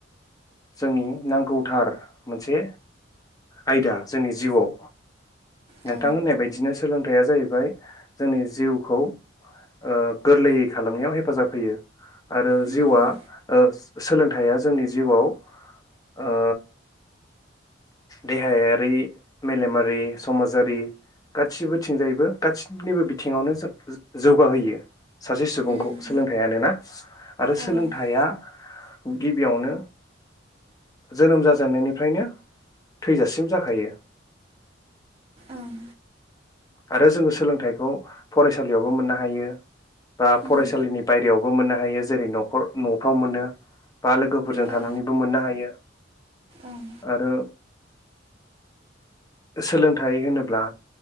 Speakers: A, on the left; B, on the right.
A: जोंनि नांगौथार मोनसे आयदा जोंनि जिउआव नोंथां
B: औ
A: होननाय बायदिनो सोलोंथाइया जाहैबाय जोंनि जिउखौ ओ गोरलैयै खालामनायाव हेफाजाब होयो आरो
B: उम
A: जिउआ
B: उम
A: ओ सोलोंथाइया जोंनि जिउआव ओ देहायारि मेलेमारि समाजारि गासिबोथिंजायबो गाससिनिबो बिथिङावनो जों जौ-जौगाहोयो सासे सुबुंखौ
B: उम उम
A: सोलोंथाइान ना आरो
B: औ
A: सोलोंथाइया गिबियावनो जोनोम जाजेननायनिफ्रायनो थैजासिम जाखायो
B: ओं
A: आरो जोङो सोलोंथाइखौ फरायसालियावबो मोननो हायो बा फरायसालिनि
B: उम
A: बायेरायावबो मोननो हायो जेरै न'खर न'फ्राव मोनो बा लोगोफोरजों थानानैबो
B: औ
A: मोननो हायो
B: ओं
A: आरो सोलोंथाइ होनोब्ला